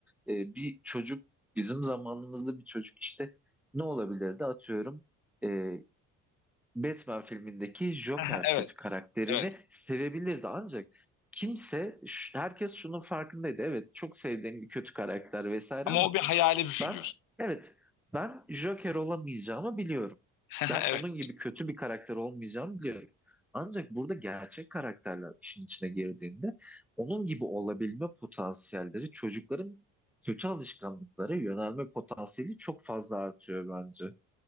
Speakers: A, in the centre; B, on the left (about 70°).
A: e, bir çocuk bizim zamanımızda bir çocuk işte ne olabilirdi atıyorum e, Batman filmindeki Joker
B: <laughs> Evet,
A: kötü karakterini
B: evet.
A: sevebilirdi ancak kimse ş- herkes şunun farkındaydı evet çok sevdiğim bir kötü karakter vesaire
B: Ama
A: ama
B: o bir hayali bir figür.
A: ben evet ben Joker olamayacağımı biliyorum.
B: <laughs>
A: Ben
B: Evet,
A: onun gibi kötü bir karakter olmayacağım diyorum. Ancak burada gerçek karakterler işin içine girdiğinde onun gibi olabilme potansiyelleri çocukların kötü alışkanlıklara yönelme potansiyeli çok fazla artıyor bence.